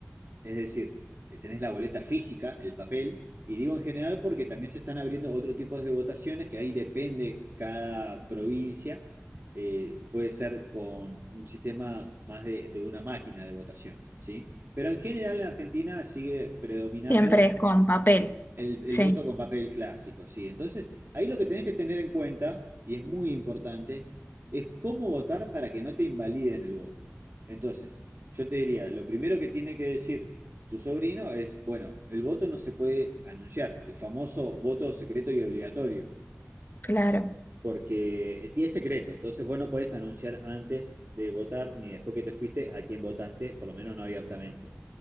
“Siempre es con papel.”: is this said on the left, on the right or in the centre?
Left